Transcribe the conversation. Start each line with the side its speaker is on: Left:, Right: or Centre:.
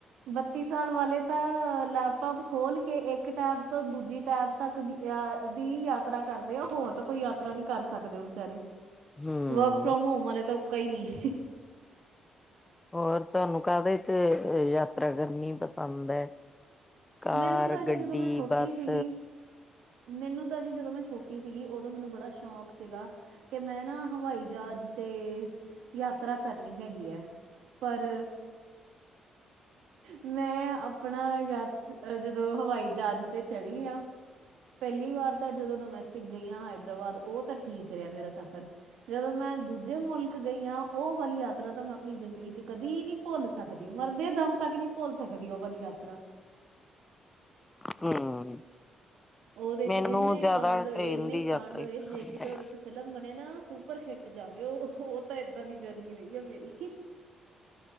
Right: ਬੱਤੀ ਸਾਲ ਵਾਲੇ ਤਾਂ ਲੈਪਟੋਪ ਖੋਲ ਕੇ ਇੱਕ ਟੈਬ ਤੋਂ ਦੂਜੀ ਟੈਬ ਤੱਕ ਦੀ, ਅ ਦੀ ਯਾਤਰਾ ਕਰਦੇ ਆ। ਹੋਰ ਤਾਂ ਕੋਈ ਯਾਤਰਾ ਨਹੀਂ ਕਰ ਸਕਦੇ ਉਹ ਵਿਚਚਾਰੇ।
Left: ਹੂੰ
Right: ਵਰਕ ਫ੍ਰੋਮ ਹੋਮ ਵਾਲਲੇ ਤਾਂ ਕਈ ਨਹੀਂ।
Left: ਹੋਰ ਤੁਹਾਨੂੰ ਕਾਹਦੇ ਚ ਯਾਤਰਾ ਕਰਨੀ ਪਸੰਦ ਹੈ? ਕਾਰ,
Right: ਮੈਨੂੰ ਤਾਂ ਜੀ
Left: ਗੱਡੀ,
Right: ਜਦੋਂ ਮੈਂ ਛੋਟੀ
Left: ਬੱਸ
Right: ਸੀਗੀ ਮੈਨੂੰ ਤਾਂ ਜੀ ਜਦੋਂ ਮੈਂ ਛੋਟੀ ਸੀਗੀ, ਉਦੋਂ ਮੈਨੂੰ ਬੜਾ ਸ਼ੌਕ ਸੀਗਾ। ਕਿ ਮੈਂ ਨਾ ਹਵਾਈ ਜਹਾਜ਼ ਤੇ, ਯਾਤਰਾ ਕਰਨੀ ਹੈਗੀ ਹੈ। ਪਰ ਮੈਂ ਆਪਣਾ ਯਾਤ ਜਦੋਂ ਹਵਾਈ ਜਹਾਜ਼ ਤੇ ਚੜੀ ਆ। ਪੈਲੀ ਵਾਰ ਤਾ ਜਦੋ ਡੋਮੈਸਟਿਕ ਗਈ ਆਂ ਹੈਦਰਾਬਾਦ, ਓ ਤਾ ਠੀਕ ਰੇਆ ਮੇਰਾ ਸਫ਼ਰ। ਜਦੋਂ ਮੈਂ ਦੂਜੇ ਮੁਲਕ ਗਈ ਹਾਂ, ਉਹ ਵਾਲੀ ਯਾਤਰਾ ਤਾਂ ਮੈਂ ਆਪਣੀ ਜ਼ਿੰਦਗੀ ਚ- ਕਦੀ ਨਹੀਂ ਭੁੱਲ ਸਕਦੀ। ਮਰਦੇ ਦਮ ਤੱਕ ਨਹੀਂ ਭੁੱਲ ਸਕਦੀ। ਉਹ ਵਾਲੀ ਯਾਤਰਾ।
Left: ਹੂੰ।
Right: ਉਹਦੇ
Left: ਮੈਨੂੰ
Right: ਚ ਇੰਨੇ
Left: ਜ਼ਿਆਦਾ
Right: ਕਾਂਡ ਹੋਏ,
Left: ਟ੍ਰੇਨ
Right: ਇੰਨੇ
Left: ਦੀ ਯਾਤਰਾ
Right: ਕਾਂਡ
Left: ਹੀ
Right: ਹੋਏ
Left: ਪਸੰਦ
Right: ਜੇ ਕਿਤੇ
Left: ਹੈ।
Right: ਉਹਦੇ ਤੇ ਫਿਲਮ ਬਣੇ ਨਾ ਸੁਪਰ ਹਿੱਟ ਜਾਵੇ ਉਹ। ਉਹ ਤਾਂ ਇੱਦਾਂ ਦੀ ਜਰਨੀ ਰਹੀ ਹੈ ਮੇਰੀ।